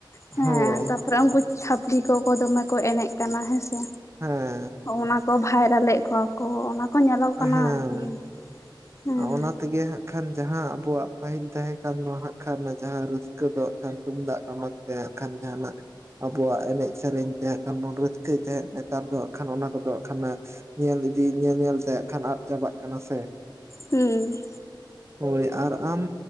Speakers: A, on the left; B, on the right.
A: ᱦᱮᱸ
B: ᱦᱳᱭ
A: ᱛᱟᱯᱚᱨᱮ ᱩᱱᱠᱩ ᱪᱷᱟᱹᱯᱲᱤ ᱠᱚᱠᱚ ᱫᱚᱢᱮ ᱠᱚ ᱮᱱᱮᱡ ᱠᱟᱱᱟ ᱦᱮᱸ ᱥᱮ
B: ᱦᱩᱸ
A: ᱚᱱᱟ ᱠᱚ ᱵᱷᱟᱭᱨᱟᱞ ᱮᱫ ᱠᱚᱣᱟ ᱠᱚ ᱚᱱᱟ ᱠᱚ ᱧᱮᱞᱚᱜ ᱠᱟᱱᱟ
B: ᱦᱮᱸ
A: ᱟᱨᱠᱤ ᱦᱮᱸ
B: ᱚᱱᱟ ᱛᱮ ᱜᱮ ᱦᱟᱸᱜ ᱠᱷᱟᱱ ᱡᱟᱦᱟᱸ ᱟᱵᱚᱣᱟᱜ ᱯᱟᱹᱦᱤᱞ ᱛᱟᱦᱮᱸ ᱠᱟᱱ ᱫᱚ ᱦᱟᱸᱜ ᱠᱷᱟᱱ ᱡᱟᱦᱟᱸ ᱨᱟᱹᱥᱠᱟᱹ ᱫᱚ ᱟᱨ ᱛᱩᱢᱫᱟᱜ ᱴᱟᱢᱟᱠ ᱛᱮ ᱦᱟᱸᱜ ᱠᱷᱟᱱ ᱡᱟᱦᱟᱸ ᱱᱟᱜ ᱟᱵᱚᱣᱟᱜ ᱮᱱᱮᱡ ᱥᱮᱨᱮᱧ ᱛᱮᱦᱟᱸᱜ ᱠᱷᱟᱱ ᱵᱚᱱ ᱨᱟᱹᱥᱠᱟᱹᱭ ᱛᱟᱦᱮᱸᱫ ᱱᱮᱛᱟᱨ ᱫᱚ ᱦᱟᱸᱜ ᱠᱷᱟᱱ ᱚᱱᱟ ᱠᱚᱫᱚ ᱦᱟᱸᱜ ᱠᱷᱟᱱ ᱧᱮᱞ ᱤᱫᱤ ᱧᱮᱞ ᱧᱮᱞ ᱛᱮ ᱦᱟᱸᱜ ᱠᱷᱟᱱ ᱟᱫ ᱪᱟᱵᱟᱜ ᱠᱟᱱᱟ ᱥᱮ
A: ᱦᱩᱸ
B: ᱦᱳᱭ ᱟᱨ ᱟᱢ